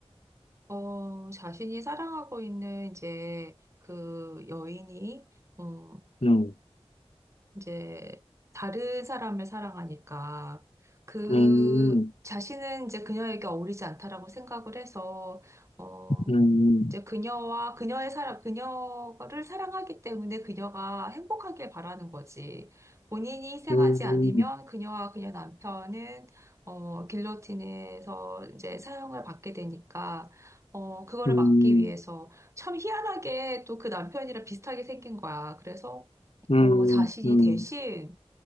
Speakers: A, on the right; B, on the left.
A: 어, 자신이 사랑하고 있는 이제 그 여인이, 음,
B: 음,
A: 이제 다른 사람을 사랑하니까 그
B: 음,
A: 자신은 이제 그녀에게 어울리지 않다라고 생각을 해서, 어,
B: 음,
A: 이제 그녀와 그녀의 사랑, 그녀를 사랑하기 때문에 그녀가 행복하길 바라는 거지. 본인이 희생하지
B: 음,
A: 않으면 그녀와 그녀 남편은 어, 길로틴에서 이제 사형을 받게 되니까 어, 그거를
B: 음,
A: 막기 위해서 참 희한하게 또 그 남편이랑 비슷하게 생긴 거야. 그래서
B: 음,
A: 어, 자신이
B: 음, 음,
A: 대신